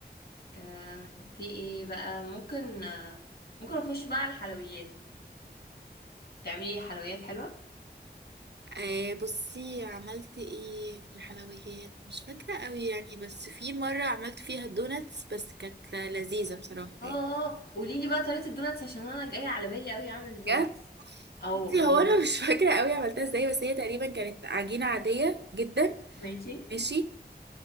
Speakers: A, on the left; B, on the right.
A: آه في ايه بقى ممكن آه ممكن نخش بقى على الحلويات تعملي حلويات حلوه
B: آه بصي عملت ايه في الحلويات مش فاكرة قوي يعني بس في مرة عملت فيها الدوناتس بس كانت لذيذة بصراحة
A: اه
B: يعني
A: اه قولي لي بقى طريقه الدوناتس عشان انا جايه على بالي قوي اعمل دوناتس
B: بجد
A: اه
B: بصي
A: قولي
B: هو انا
A: لي
B: مش فاكرة قوي عملتها ازاي بس هي تقريبا كانت عجينة عادية جدا
A: ماشي
B: ماشي